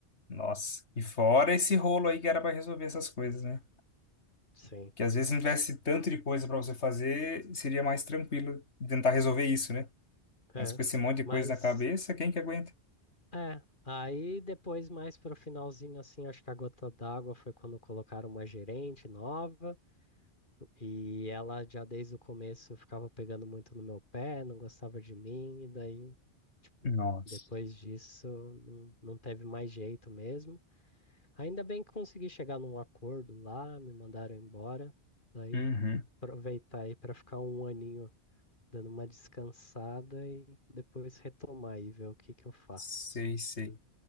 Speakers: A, on the left (about 80°); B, on the left (about 45°).
A: Nossa. E fora esse rolo aí que era pra resolver essas coisas, né?
B: Sim.
A: Que às vezes se não tivesse tanto de coisa pra você fazer, seria mais tranquilo tentar resolver isso, né?
B: É.
A: Mas com esse monte de
B: Mas
A: coisa na cabeça, quem que aguenta?
B: É, aí depois, mais pro finalzinho, assim, acho que a gota d'água foi quando colocaram uma gerente nova e ela já desde o começo ficava pegando muito no meu pé, não gostava de mim, e daí, tipo,
A: Nossa.
B: depois disso não, não teve mais jeito mesmo. Ainda bem que consegui chegar num acordo lá, me mandaram embora, daí
A: Uhum.
B: aproveitar aí pra ficar um aninho dando uma descansada e depois retomar e ver o que que eu faço.
A: Sei, sei.